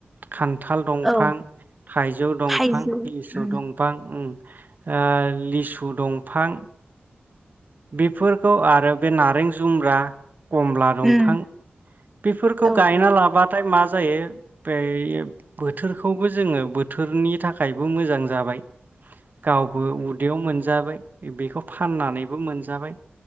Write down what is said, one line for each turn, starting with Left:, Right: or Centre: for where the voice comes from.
Right: खान्थाल दंफां
Centre: औ
Right: थाइजौ दंफां
Centre: थाइजौ
Right: इसौ
Centre: उम
Right: दंफां उम ओ लिसु दंफां बेफोरखौ आरो बे नारें जुमब्रा कमला दंफां
Centre: उम
Right: बेफोरखौ
Centre: औ
Right: गायना
Centre: औ
Right: लाबाथाय मा जायो बै बोथोरखौबो जोङो बोथोरनि थाखायबो मोजां जाबाय। गावबो उदैयाव मोनजाबाय बेखौ फाननानैबो मोनजाबाय,